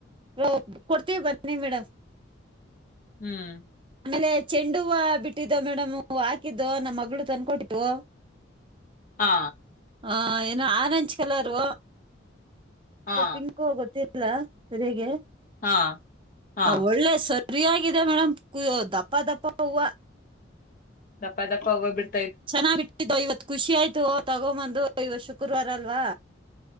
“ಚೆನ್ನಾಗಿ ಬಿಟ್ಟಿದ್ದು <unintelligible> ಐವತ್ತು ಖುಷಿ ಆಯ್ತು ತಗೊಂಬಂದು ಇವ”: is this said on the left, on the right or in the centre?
Right